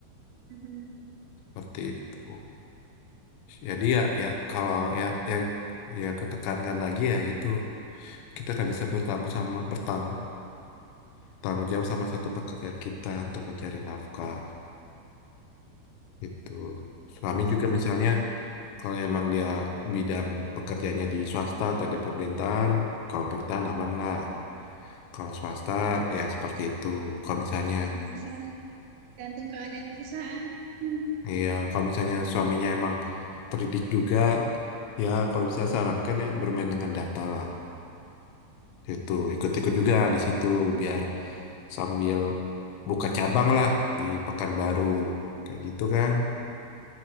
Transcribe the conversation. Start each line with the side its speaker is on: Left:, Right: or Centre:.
Right: mhm.
Left: seperti itu Jadi ya dia ya kalau ya ya ya ketekankan lagi ya itu kita kan bisa bertanggung sama bertang bertanggung jawab sama satu pekerjaan kita untuk mencari nafkah itu suami
Right: Betul sekali.
Left: juga misalnya kalau emang dia bidang pekerjaannya di swasta atau di pemerintahan kalau pemerintahan aman lah kalau swasta ya seperti itu kalau misalnya
Right: Hmm, bisa gantung keadaan perusahaan. Hmm.
Left: iya kalau misalnya suaminya emang terdidik juga ya kalau bisa sarankan ya bermain dengan data lah itu ikut-ikut juga di situ biar sambil buka cabang lah di Pekanbaru kayak gitu kan